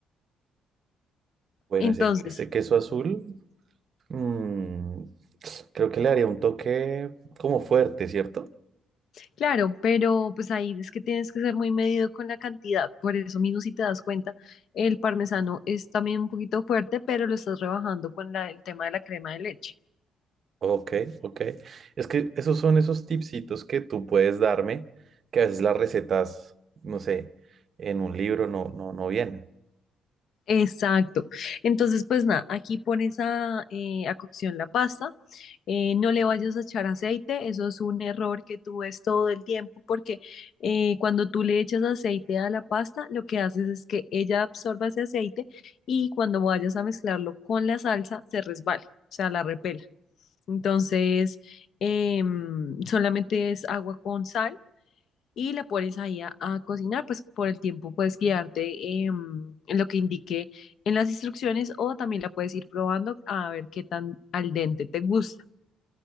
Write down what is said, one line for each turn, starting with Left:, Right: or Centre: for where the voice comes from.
Right: Bueno,
Left: Entonces,
Right: ese, ese queso azul, mm, creo que le haría un toque como fuerte, ¿cierto?
Left: claro, pero pues ahí es que tienes que ser muy medido con la cantidad. Por eso mismo, si te das cuenta, el parmesano es también un poquito fuerte, pero lo estás rebajando con la- el tema de la crema de leche.
Right: Ok, ok. Es que esos son esos tipsitos que tú puedes darme, que a veces las recetas, no sé, en un libro no, no, no vienen.
Left: Exacto. Entonces, pues nada, aquí pones a, eh, a cocción la pasta, eh, no le vayas a echar aceite, eso es un error que tú ves todo el tiempo porque eh, cuando tú le echas aceite a la pasta, lo que haces es que ella absorba ese aceite y cuando vayas a mezclarlo con la salsa, se resbale, o sea, la repela. Entonces, em, solamente es agua con sal y la pones ahí a, a cocinar, pues por el tiempo puedes guiarte em, en lo que indique en las instrucciones o también la puedes ir probando a ver qué tan al dente te gusta.